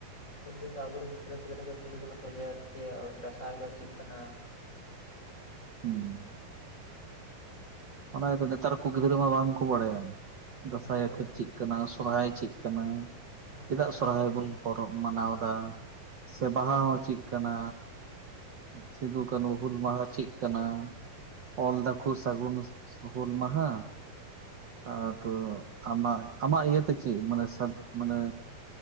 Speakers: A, on the left (about 20°); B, on the right (about 70°).
A: ᱢᱤᱫ ᱫᱤᱱ ᱫᱚ ᱟᱵᱚᱨᱮᱱ ᱜᱤᱫᱽᱨᱟᱹ ᱯᱤᱫᱽᱨᱟᱹ ᱠᱚ ᱠᱩᱞᱤ ᱵᱚᱱᱟ ᱾ <unintelligible> ᱫᱟᱸᱥᱟᱭ ᱫᱚ ᱪᱮᱫ ᱠᱟᱱᱟ?
B: ᱦᱩᱸ
A: <unintelligible>
B: ᱚᱱᱟ ᱜᱮᱛᱚ ᱱᱮᱛᱟᱨ ᱠᱚ ᱜᱤᱫᱽᱨᱟᱹ ᱢᱟ ᱵᱟᱝ ᱠᱚ ᱵᱟᱲᱟᱭᱟ ᱫᱟᱸᱥᱟᱭᱟ
A: ᱦᱳᱭ
B: ᱠᱚ ᱪᱮᱫ ᱠᱟᱱᱟ ᱥᱚᱨᱦᱟᱭ ᱪᱮᱫ ᱠᱟᱱᱟ? ᱪᱮᱫᱟᱜ
A: ᱦᱳᱭ
B: ᱥᱚᱨᱦᱟᱭ
A: ᱦᱳᱭ
B: ᱵᱚᱱ ᱯᱚᱨᱚᱵᱽ ᱢᱟᱱᱟᱣ ᱮᱫᱟ? ᱥᱮ ᱵᱟᱦᱟ
A: ᱦᱳᱭ
B: ᱦᱚᱸ ᱪᱮᱫ ᱠᱟᱱᱟ? ᱥᱤᱫᱩ ᱠᱟᱹᱱᱦᱩ ᱦᱩᱞ ᱢᱟᱦᱟ ᱪᱮᱫ ᱠᱟᱱᱟ ᱚᱞ ᱫᱟᱠᱚ ᱥᱟᱹᱜᱩᱱ ᱦᱩᱞ ᱢᱟᱦᱟ ᱟᱫᱚ ᱟᱢᱟᱜ, ᱟᱢᱟᱜ ᱤᱭᱟᱹᱛᱮ ᱪᱮᱫ ᱢᱟᱱᱮ ᱥᱟᱫ ᱢᱟᱱᱮ